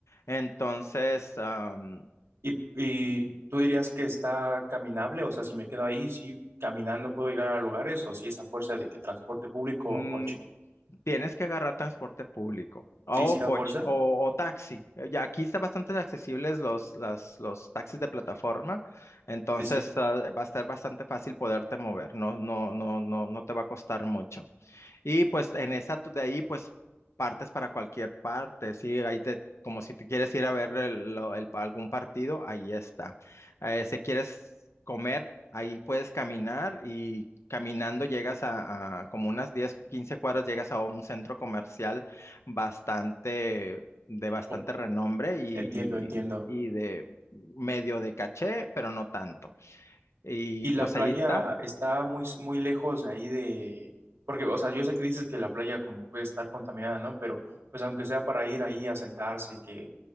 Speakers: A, on the left (about 80°); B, on the right (about 65°).
A: Entonces, am,
B: Y, y tú dirías que está caminable, o sea, si me quedo ahí, sí, caminando puedo llegar a lugares, o si es a fuerza de que transporte público
A: Mm,
B: o coche.
A: tienes que agarrar transporte público o
B: Sí, sí,
A: coche
B: a fuerza.
A: o, o taxi. Eh, Ya aquí están bastante accesibles los, las, los taxis de plataforma, entonces
B: Sí, sí.
A: ah, va a estar bastante fácil poderte mover. No, no, no, no, no te va a costar mucho. Y pues en esa tu- de ahí pues partes para cualquier parte, sí, ahí te como si te quieres ir a ver el- lo- el- algún partido, ahí está. Eh, si quieres comer, ahí puedes caminar y caminando llegas a, a como unas 10 15 cuadras llegas a un centro comercial bastante de bastante
B: Oh,
A: renombre y,
B: entiendo, entiendo.
A: y y de medio de caché, pero no tanto. Y
B: Y
A: pues
B: la playa
A: ahí está.
B: está muy, muy lejos de ahí de... Porque, o sea, yo sé que dices que la playa como puede estar contaminada, ¿no? Pero, pues aunque sea para ir ahí a sentarse, que